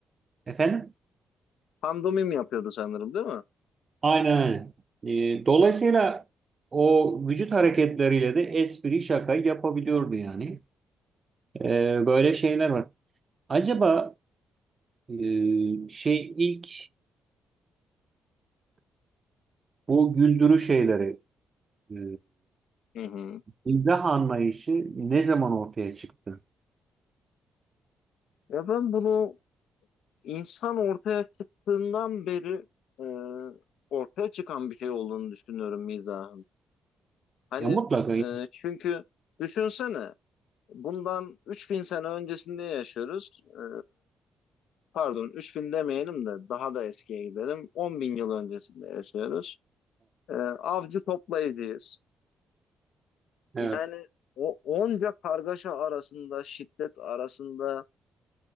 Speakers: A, on the right; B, on the left.
A: Efendim?
B: Pandomim yapıyordu sanırım değil mi?
A: Aynen aynen. E, dolayısıyla o vücut hareketleriyle de espri şaka yapabiliyordu yani. E, böyle şeyler var. Acaba e, şey ilk Bu güldürü şeyleri, e,
B: Hı hı. hı.
A: mizah anlayışı ne zaman ortaya çıktı?
B: Ya ben bunu insan ortaya çıktığından beri e, ortaya çıkan bir şey olduğunu düşünüyorum mizahın. Hani
A: Ya mutlaka. <laughs>
B: e, çünkü düşünsene bundan 3000 sene öncesinde yaşıyoruz. E, pardon 3000 demeyelim de daha da eskiye gidelim. 10 bin yıl öncesinde yaşıyoruz. Ee, avcı toplayıcıyız.
A: Evet.
B: Yani o onca kargaşa arasında, şiddet arasında